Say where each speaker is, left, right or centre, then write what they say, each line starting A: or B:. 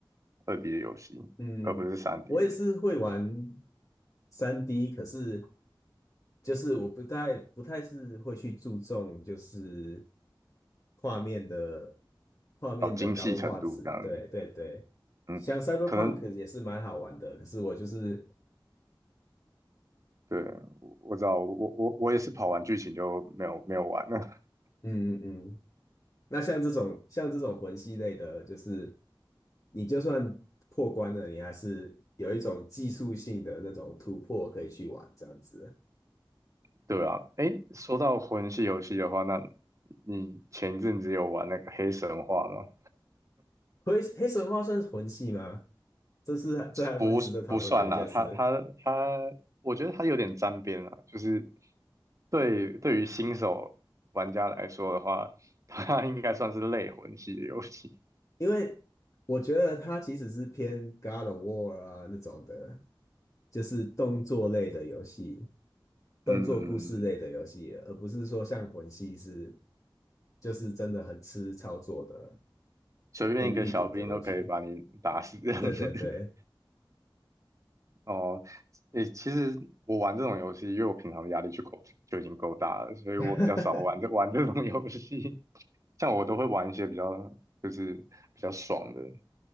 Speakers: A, on the right; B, on the left.
A: 二 D 的游戏，
B: 嗯，
A: 而不是三 D
B: 我也是会玩
A: 的，
B: 三 d 可是就是我不太不太是会去注重就是画面的画面的高画质，
A: 哦，精细程度这样。
B: 对对对，
A: 嗯，
B: 像 Cyberpunk
A: 可能
B: 也是蛮好玩的，可是我就是
A: 对，我我知道，我我我也是跑完剧情就没有没有玩了。
B: 嗯嗯嗯，那像这种像这种魂系类的，就是你就算破关了，你还是有一种技术性的那种突破可以去玩这样子。
A: 对啊，诶，说到魂系游戏的话，那你前一阵子有玩那个黑神话吗？
B: 黑黑神话算是魂系吗？这是这还蛮值得讨论的一件事。
A: 不不算啦，它它它，我觉得它有点沾边啦，就是对对于新手玩家来说的话，它应该算是类魂系的游戏。
B: 因为我觉得它其实是偏 God of War 啊那种的，就是动作类的游戏，
A: <laughs>
B: 动作故事类的游戏，
A: 嗯嗯，嗯嗯
B: 而不是说像魂系是就是真的很吃操作的
A: 随便一个小兵都可以把你打死这样子。
B: 跟预读的东西。对对对，
A: <laughs> 哦，诶，其实我玩这种游戏，因为我平常的压力就够就已经够大了，所以我比较少玩这
B: <laughs>
A: <laughs> 玩这种游戏。<laughs> 像我都会玩一些比较就是比较爽的，